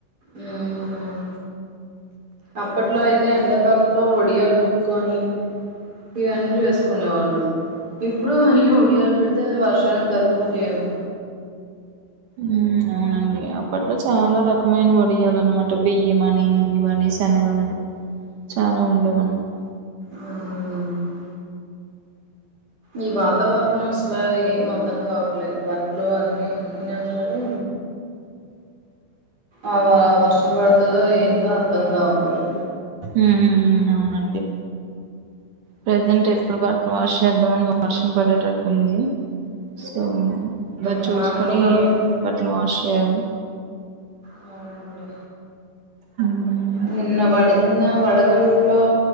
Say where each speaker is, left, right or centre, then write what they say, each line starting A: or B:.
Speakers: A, on the right (about 20°); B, on the right (about 75°).
A: మ్ అప్పట్లో అయితే ఎండాకాలంలో ఒడియాలు పెట్ కొని ఇవన్నీ చేసుకునే వాళ్ళు ఇప్పుడు అయ్యో ఒడియాలు పెడితే వర్షానికి కరిగిపోతాయి ఏమో
B: మ్ అవునండి అప్పట్లో చాలా రకమైన వడియాల అన్నమాట బియ్యం అని ఇవనేసి శెనగలు అని చాలా ఉండేవి అన్నమాట
A: మ్మ్ ఈ వాతావరణం అసల ఏం అర్ధం కావట్లేదు బట్టలు అన్ని ఉతికినా సరే ఆ వా వర్షం పడుతదో ఏందో అర్ధం కావట్లేదు
B: మ్ అవునండి ప్రెజెంట్ ఎప్పుడు కా వాష్ చేద్దామని వర్షం పడేటట్టుంది సో బట్
A: మ్మ్
B: చూసుకుని
A: అనుకున్న రోజు
B: బట్టలు వాష్ చేయాలి
A: అవునండి
B: హ్మ్.
A: నిన్న పడింది నిన్న వడగల్లో